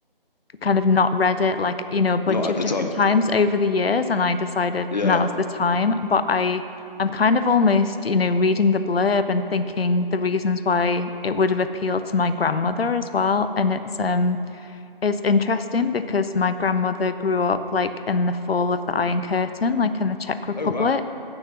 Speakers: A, on the left; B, on the left.
A: kind of not read it like, you know, a bunch
B: not at
A: of
B: the
A: different
B: time.
A: times over the years, and I decided
B: Yeah.
A: now's the time. But I I'm kind of almost, you know, reading the blurb and thinking the reasons why it would have appealed to my grandmother as well. And
B: Right.
A: it's um it's interesting because my grandmother grew up like in the fall of the Iron Curtain, like in the Czech Republic.
B: Oh wow.